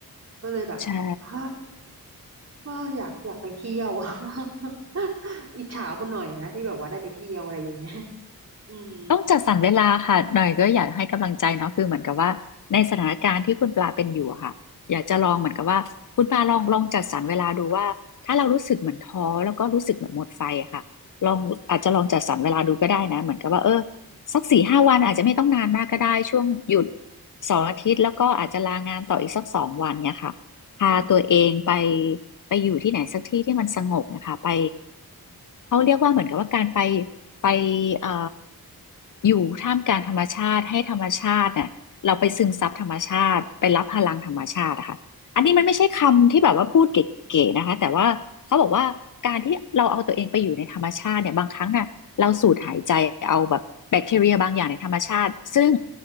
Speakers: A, on the right; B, on the left.
A: ก็เลยแบบ
B: ใช่
A: <sighs> อ้าอ้าอยากอยากไปเที่ยว <laughs> อิจฉาคุณหน่อยนะที่แบบว่าได้ไปเที่ยวอะไรอย่างเงี้ยอืม
B: ต้องจัดสรรเวลาค่ะหน่อยก็อยากให้กำลังใจเนาะคือเหมือนกับว่าในสถานการณ์ที่คุณปลาเป็นอยู่อะค่ะอยากจะลองเหมือนกับว่าคุณปลาลองลองจัดสรรเวลาดูว่าถ้าเรารู้สึกเหมือนท้อแล้วก็รู้สึกเหมือนหมดไฟอะค่ะลองอาจจะลองจัดสรรเวลาดูก็ได้นะเหมือนกับว่าเออสักสี่ห้าวันอาจจะไม่ต้องนานมากก็ได้ช่วงหยุดสองอาทิตย์แล้วก็อาจจะลางานต่ออีกสักสองวันเนี่ยค่ะพาตัวเองไป
A: อืม
B: ไปอยู่ที่ไหนสักที่ที่มันสงบนะคะไป
A: อื
B: เขาเรียกว่าเหมือนกับว่าการไปไปเอ่ออยู่ท่ามกลางธรรมชาติให้ธรรมชาติน่ะเราไปซึมซับธรรมชาติไปรับพลังธรรมชาติอะค่ะอันนี้มันไม่ใช่คำที่แบบว่าพูดเก๋ๆนะคะแต่ว่าเขาบอกว่าการที่เราเอาตัวเองไปอยู่ในธรรมชาติเนี่ยบางครั้งน่ะเราสูดหายใจเอาแบบแบคทีเรียบางอย่างในธรรมชาติซึ่ง
A: ม